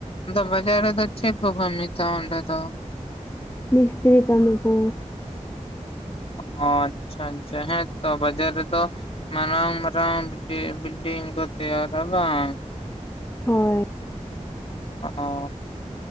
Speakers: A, on the left (about 50°); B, on the left (about 15°).
A: ᱟᱫᱚ ᱵᱟᱡᱟᱨ ᱨᱮ ᱫᱚ ᱪᱮᱫ ᱠᱚ ᱠᱟᱹᱢᱤ ᱛᱟᱦᱮᱸ ᱚᱰᱮ ᱫᱚ?
B: ᱢᱤᱥᱛᱨᱤ ᱠᱟᱹᱢᱤ ᱠᱚ᱾
A: ᱦᱚᱸ ᱟᱪᱪᱷᱟ ᱟᱪᱪᱷᱟ ᱦᱮᱸ ᱛᱚ᱾ ᱵᱟᱡᱟᱨ ᱨᱮᱫᱚ ᱢᱟᱨᱟᱝ ᱢᱟᱨᱟᱝ ᱵᱤᱞᱰᱤᱝ ᱠᱚ ᱛᱮᱭᱟᱨ ᱵᱟᱝ᱾
B: ᱦᱚᱭ
A: ᱚᱸ